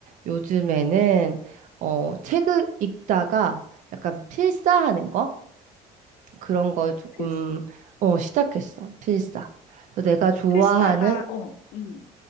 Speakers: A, on the right; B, on the left.
A: 요즘에는 어, 책을 읽다가 약간 필사하는 거? 그런 걸 조금
B: 필,
A: 어, 시작했어. 필사. 그래서 내가 좋아하는
B: 필사가 어, 음,